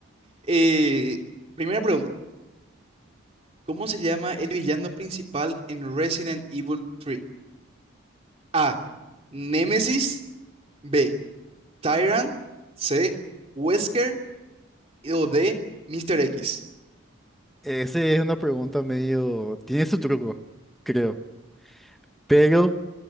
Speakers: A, on the right; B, in the centre.
A: Eh, primera pregunta. ¿Cómo se llama el villano principal en Resident Evil 3? A. Némesis. B. Tyrant. C. Wesker. O D. Mr. X.
B: Esa es una pregunta medio... Tiene su truco, creo. Pero